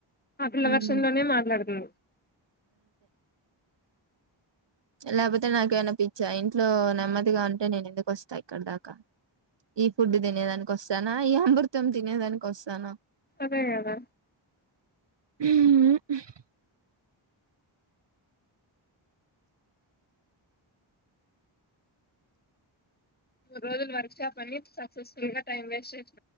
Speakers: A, on the left; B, on the right.
A: ఆ పిల్ల
B: హ్మ్
A: వర్షంలోనే మాట్లాడుతుంది
B: లేపోతే నాకే మన్నా పిచ్చా ఇంట్లో నెమ్మదిగా ఉంటే నేను ఎందుకు వస్తా ఇక్కడ దాకా ఈ ఫుడ్ తినేదానికి వస్తానా అయ్యో అమృతం తినేదానికి ఓస్తానా
A: అదే గదా
B: హ్మ్
A: రోజులు వర్క్ షాప్ అని సక్సెస్ ఫుల్గా టైం వేస్ట్ చే